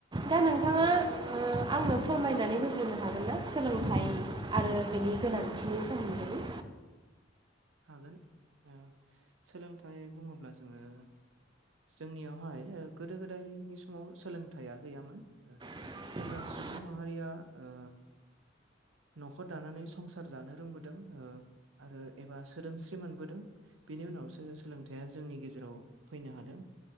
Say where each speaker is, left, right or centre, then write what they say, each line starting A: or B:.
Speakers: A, on the right; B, on the right.
A: दा नोंथाङा ओ आंनो फोरमायनानै होग्रोनो हागोन ना सोलोंथाइ
B: औ
A: आरो बिनि गोनांथिनि सोमोन्दै
B: हागोन ओ सोलोंथाइ बुङोब्ला जोङो जोंनियावहाय ओ गोदो गोदायनि समाव सोलोंथाइआ गैयामोन ओ
A: लांदां
B: जेब्ला सुबुं माहारिया ओ न'खर दानानै संसार जानो रोंबोदों ओ आरो एबा सोदोमस्रि मोनबोदों बेनि उनावसो सोलोंथाइआ जोंनि गेजेराव फैनो हादों